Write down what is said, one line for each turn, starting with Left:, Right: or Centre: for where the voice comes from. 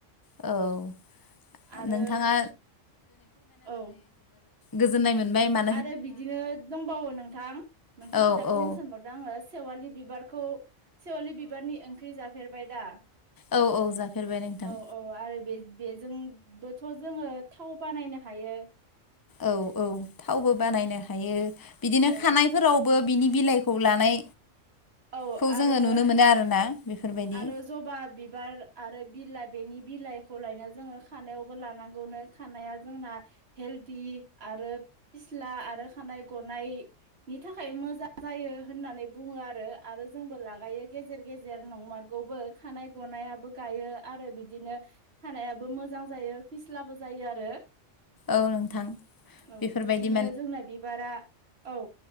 Left: औ
Right: आरो
Left: नोंथाङा
Right: औ
Left: गोजोन्नाय मोनबाय मा-
Right: आरो बिदिनो दंबावो नोंथां मोनसे
Left: औ
Right: खोथा बुंनो
Left: औ
Right: सानबाव- दों आङो सेवालि बिबारखौ सेवालि बिबारनि ओंख्रि जाफेरबाय दा?
Left: औ औ जाफेरबाय नोंथां
Right: ओ औ आरो बे-बेजोंबोथ' जोङो थाव बानायनो हायो।
Left: औ औ थावबो बानायनो हायो बिदिनो
Right: औ
Left: खानायफोराव बो बिनि बिलाइखौ लानाय
Right: औ
Left: खौ जोङो
Right: आरो
Left: नुनो मोनो आरोना बेफोरबायदि
Right: आरो जबा बिबार आरो बिलाइ बेनि बिलाइखौ लायना जोङो खानायावबो लानांगौनो खानाया जोंना हेलदि आरो फिस्ला आरो खानाय गनाय- नि थाखाय मोजां जायो होननानै बुङो आरो आरो जोंबो लागायो। गेजेर गेजेर नंमारगौबो खानाय गनायाबो गायो आरो बिदिनो खानायाबो मोजां जायो फिस्लाबो जायो आरो।
Left: औ नोंथां
Right: औ
Left: बेफोरबायदि
Right: बिदिनो जोंना बिबारा औ